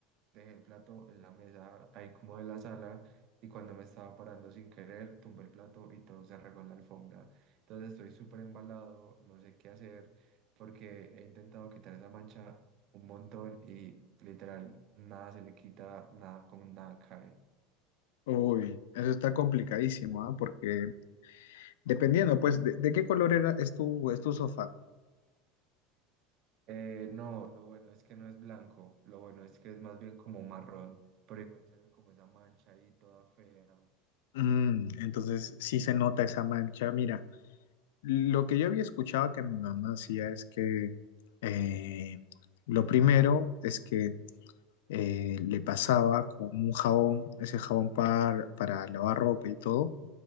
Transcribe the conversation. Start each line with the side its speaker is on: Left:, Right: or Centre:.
Right: Dejé el plato en la mesa, ahí como de la sala, y cuando me estaba parando sin querer, tumbé el plato y todo se regó en la alfombra. Entonces estoy súper embalado, no sé qué hacer, porque he intentado quitar esa mancha un montón y literal nada se le quita, nada con nada cae.
Left: Uy, eso está complicadísimo, ¿ah? Porque dependiendo, pues, de, de qué color era, es tu, es tu sofá.
Right: Eh, no, lo bueno es que no es blanco, lo bueno es que es más bien como marrón, pero igual se ve como esa mancha ahí toda fea,
Left: Mm, entonces, sí se nota esa mancha. Mira, lo que yo había escuchado que mi mamá hacía es que eh, lo primero es que eh, le pasaba con un jabón, ese jabón par- para lavar ropa y todo